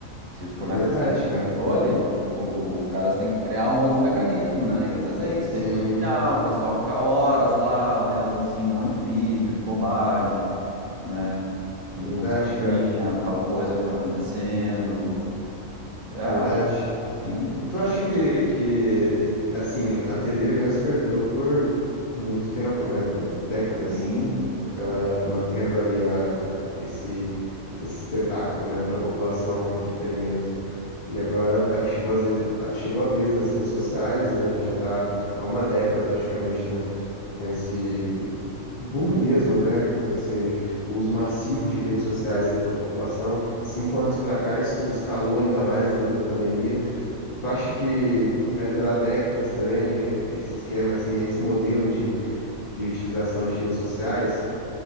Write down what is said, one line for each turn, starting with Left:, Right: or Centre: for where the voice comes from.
Right: se isso começa
Left: é verdade,
Right: a sair do controle,
Left: cara.
Right: o- o- os caras têm que criar um outro mecanismo, né? E às vezes é isso,
Left: Sim,
Right: rede social, o pessoal fica horas lá olhando assim, um monte de vídeo, de bobagem, né?
Left: verdade,
Right: E não se atém
Left: cara.
Right: a tal coisa que está acontecendo. Ah,
Left: Verdade.
Right: sim,
Left: E tu acha que, que, e- assim, a TV mesmo perdurou por muito tempo, né? De- Décadas,
Right: sim.
Left: ah, mantendo aí a, esse, esse espetáculo, né, para a população, entretenimento. E agora chegou às vezes, a- chegou a vez das redes sociais, né? A gente já está há uma década praticamente, né? Com esse boom mesmo, né? Com esse uso massivo de redes sociais aí pela população. Cinco anos para cá, isso escalou ainda mais devido à pandemia. Tu acha que, que vai durar décadas também eh, esse esquema, assim, esse modelo de, de utilização de redes sociais?